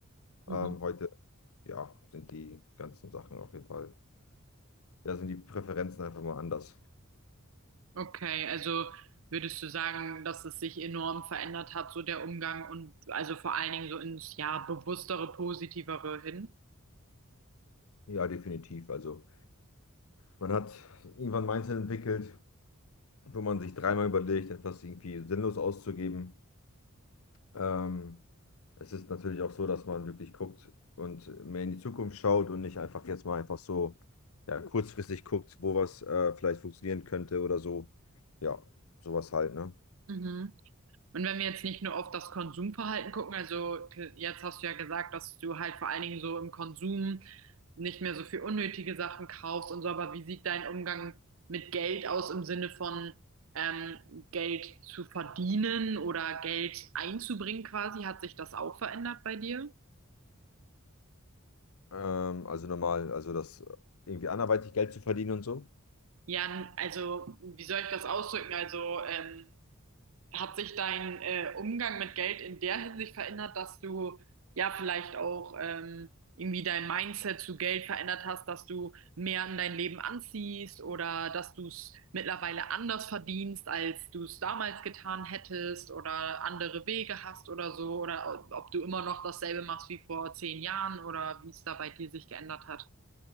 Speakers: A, on the right; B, on the left.
A: mhm.
B: Ähm, heute, ja, sind die ganzen Sachen auf jeden Fall, ja, sind die Präferenzen einfach mal anders.
A: Okay, also würdest du sagen, dass es sich enorm verändert hat, so der Umgang und also vor allen Dingen so ins ja bewusstere, positivere hin?
B: Ja, definitiv. Also man hat irgendwann ein Mindset entwickelt, wo man sich dreimal überlegt, etwas irgendwie sinnlos auszugeben. Ähm, es ist natürlich auch so, dass man wirklich guckt und mehr in die Zukunft schaut und nicht einfach jetzt mal einfach so, ja, kurzfristig guckt, wo was äh, vielleicht funktionieren könnte oder so. Ja, sowas halt, ne?
A: Mhm. Und wenn wir jetzt nicht nur auf das Konsumverhalten gucken, also k- jetzt hast du ja gesagt, dass du halt vor allen Dingen so im Konsum nicht mehr so viel unnötige Sachen kaufst und so, aber wie sieht dein Umgang mit Geld aus im Sinne von ähm, Geld zu verdienen oder Geld einzubringen quasi? Hat sich das auch verändert bei dir?
B: Ähm, also normal, also das irgendwie anderweitig Geld zu verdienen und so.
A: Ja, also wie soll ich das ausdrücken? Also ähm, Hat sich dein äh, Umgang mit Geld in der Hinsicht verändert, dass du ja vielleicht auch ähm, irgendwie dein Mindset zu Geld verändert hast, dass du mehr in dein Leben anziehst oder dass du es mittlerweile anders verdienst, als du es damals getan hättest oder andere Wege hast oder so oder ob du immer noch dasselbe machst wie vor zehn Jahren oder wie es da bei dir sich geändert hat?